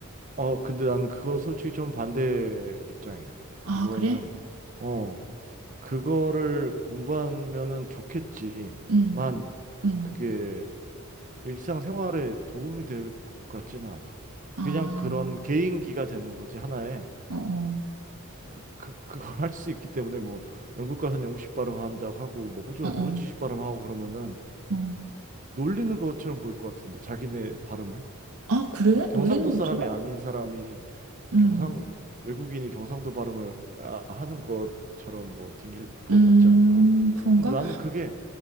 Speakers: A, on the right (about 35°); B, on the right (about 80°).
A: 어, 근데 나는 그거 솔직히 좀 반대 입장이야.
B: 아,
A: 그거는,
B: 그래?
A: 어, 그거를 공부하면은 좋겠지만,
B: 응, 응.
A: 그게 일상생활에 도움이 될 것 같지는 않아. 그냥
B: 아,
A: 그런 개인기가 되는 거지, 하나의.
B: 어어.
A: 그, 그, 그걸 할 수 있기 때문에 뭐 영국 가서는 영국식 발음 한다고 하고 뭐 호주
B: 어,
A: 가서
B: 어,
A: 호주식 발음 하고 그러면은
B: 어.
A: 놀리는 것처럼 보일 것 같은데 자기네 발음을
B: 아, 그래?
A: 그러니까 경상도
B: 놀리는 것처럼?
A: 사람이 아닌 사람이
B: 음,
A: 경상 외국인이 경상도 발음을 아- 하는 것처럼 뭐 들릴 것
B: 음,
A: 같지 않을까?
B: 그런가?
A: 근데 나는 그게